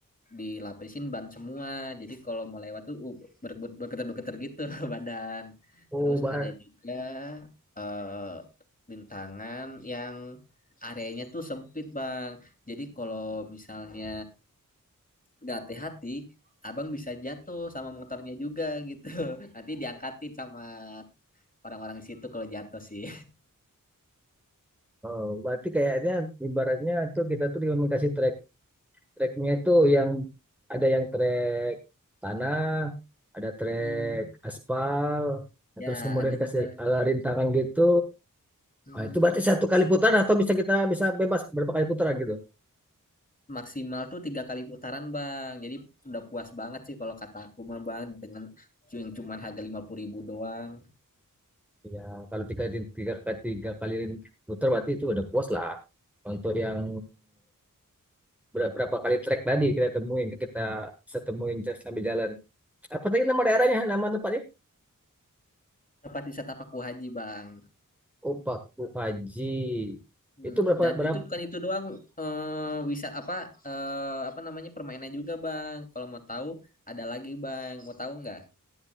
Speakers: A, on the left (about 25°); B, in the centre.
A: dilapisin ban semua. Jadi kalau mau lewat tuh uh, ber- ber- bergetar-bergetar gitu <laughs> badan.
B: Oh,
A: Terus
B: bar,
A: ada juga eh, rintangan yang areanya tuh sempit bang. Jadi kalau misalnya nggak hati-hati abang bisa jatuh sama motornya juga gitu <laughs> nanti diangkatin sama orang-orang di situ kalau jatuh sih
B: oh, berarti kayaknya ibaratnya tuh kita tuh cuma kasih trek treknya itu yang ada yang trek tanah, ada trek
A: Hmm,
B: aspal, nah,
A: ya
B: terus kemudian
A: ada
B: dikasih
A: juga
B: ala rintangan gitu.
A: Hmm,
B: Nah, itu berarti satu kali putaran atau bisa kita bisa bebas berapa kali putaran gitu?
A: maksimal tuh tiga kali putaran bang jadi udah puas banget sih kalau kata aku mah bang dengan yang cuman harga lima puluh ribu doang
B: Ya, kalau tiga, tiga, tiga kali putar berarti itu udah puas lah. Untuk yang ber- berapa kali trek tadi kita temuin, kita bisa temuin jas- sambil jalan. Apa tadi nama daerahnya, nama tempatnya?
A: tempat wisata Paku Haji bang
B: Opak Haji.
A: Hmm,
B: Itu berapa,
A: dan itu
B: berapa,
A: bukan itu doang eh wisata apa eh, apa namanya permainan juga bang kalau mau tahu ada lagi bang mau tahu nggak